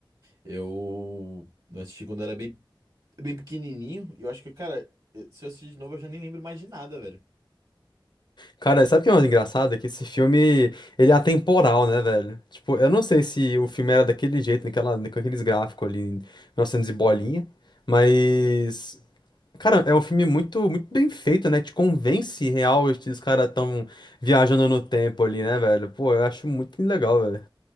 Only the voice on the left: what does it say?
Cara, sabe o que é mais engraçado? É que esse filme, ele é atemporal, né, velho? Tipo, eu não sei se o filme era daquele jeito, naquela, com aqueles gráficos ali, 1900 e bolinha, mas Cara, é um filme muito, muito bem feito, né? Te convence real que os caras tão viajando no tempo ali, né, velho? Pô, eu acho muito legal, velho.